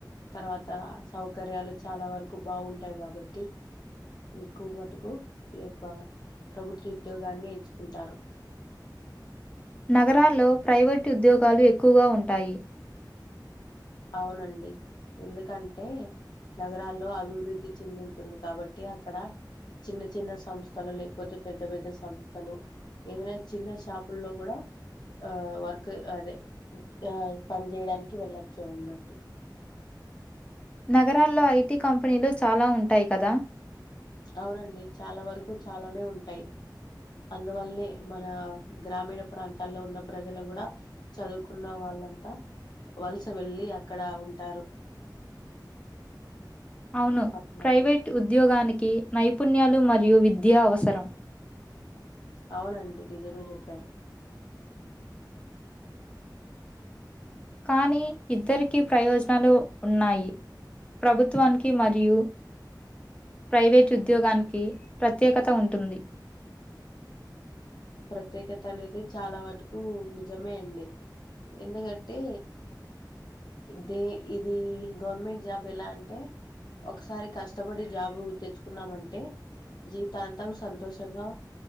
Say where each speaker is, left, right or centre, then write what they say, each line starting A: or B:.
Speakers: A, on the left (about 65°); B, on the left (about 15°).
A: తర్వాత సౌకర్యాలు చాలా వరకు బాగుంటాయి కాబట్టి ఎక్కువ మటుకు ఈ యొక్క ప్రభుత్వ ఉద్యోగాన్ని ఎంచుకుంటారు
B: నగరాల్లో ప్రైవేట్ ఉద్యోగాలు ఎక్కువగా ఉంటాయి
A: అవునండి ఎందుకంటే నగరాల్లో అభివృద్ధి చెంది ఉంటుంది కాబట్టి అక్కడ చిన్న చిన్న సంస్థలు లేకపోతే పెద్ద పెద్ద సంస్థలు ఏదైనా చిన్న షాపుల్లో కూడా ఆ వర్క్ అదే ఆ పని చేేయడానికి కి వెళ్ళొచ్చా ఉన్నట్టు
B: నగరాల్లో ఐటీ కంపెనీలు చాలా ఉంటాయి కదా
A: అవునండి చాలా వరకు చాలానే ఉంటాయి అందువల్లనే మన గ్రామీణ ప్రాంతాల్లో ఉన్న ప్రజలు కూడా చదువుకున్న వాళ్ళంతా వలస వెళ్ళలి అక్కడ ఉంటారు
B: అవును
A: పట్టణాల్లో.
B: ప్రైవేట్ ఉద్యోగానికి కి నైపుణ్యాలు మరియు విద్య అవసరం
A: అవునండి నిజమే చెప్పారు
B: కానీ ఇద్దరికీ ప్రయోజనాలు ఉన్నాయి ప్రభుత్వానికి మరియు ప్రైవేటు ఉద్యోగానికి ప్రత్యేకత ఉంటుంది
A: ప్రత్యేకత అనేది చాలా వాటుకు నిజమే అండి ఎందుకంటే దే ఇది గవర్నమెంట్ జాబ్ ఎలా అంటే ఒకసారి కష్టపడి జాబ్ు తెచ్చుకున్నామంటే జీవితాంతం సంతోషంగా